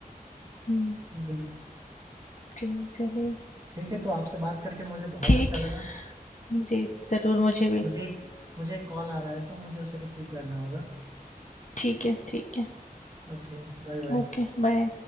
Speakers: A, on the left; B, on the right.
A: हुँ,
B: बिल्कुल।
A: जी, चलिए।
B: ठीक है तो आपसे बात करके मुझे बहुत
A: ठीक
B: अच्छा लगा
A: है। जी, ज़रूर मुझे भी।
B: मुझे एक मुझे एक कॉल आ रहा है तो मुझे उसे रिसीव करना होगा
A: ठीक है, ठीक है।
B: Okay bye bye
A: Okay, bye.